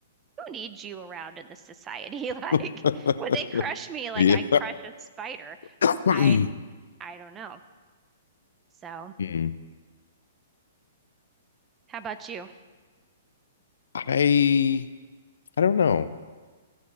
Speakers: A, on the right; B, on the left.
A: who needs you around in this society? <laughs> Like,
B: <laughs>
A: would they crush me like
B: Yeah.
A: I crush a spider?
B: <clears throat>
A: I I don't know. So,
B: Hmm.
A: how about you?
B: I I don't know.